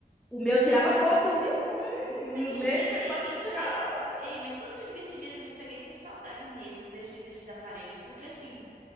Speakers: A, in the centre; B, on the right.
A: o meu tirava foto, viu?
B: Hum,
A: Hum,
B: que
A: o meu
B: chique!
A: MP4
B: Ei, e
A: tirava.
B: tu, ei, ei, ei, mas tu acredita que esses dias eu me peguei com saudade mesmo desse, desses aparelhos? Porque assim,